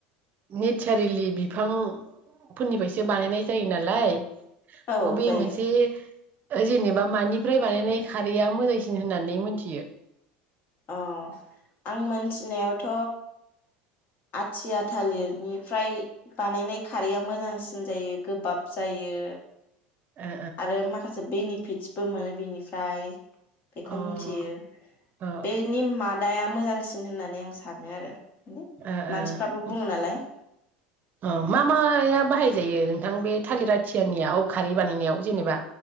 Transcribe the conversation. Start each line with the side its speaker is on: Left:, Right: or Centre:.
Right: नेचारेलि बिफांफोरनिफ्रायसो बानायनाय जायो नालाय
Left: औ
Right: अबे
Left: जायो
Right: मोनसे जेनेबा मानिफ्राय बानायनाय खारैया मोजांसिन होननानै मोनथियो?
Left: अ आं मोनथिनायावथ' आथिया थालिरनिफ्राय बानायनाय खारैया मोजांसिन जायो गोबाब जायो
Right: ओ
Left: आरो माखासे बेनिफिटस मोनो बिनिफ्राय
Right: ओं
Left: बेखौ मिथियो
Right: अ
Left: बेनि मादाया मोजांसिन होननानै आं सानो आरो।
Right: ओ ओ
Left: मानसिफ्राबो बुङो नालाय
Right: ओ मा-माया बाहाय जायो नोंथां बे थालिर आथियानियाव औ खारै बानायनायाव जेनेबा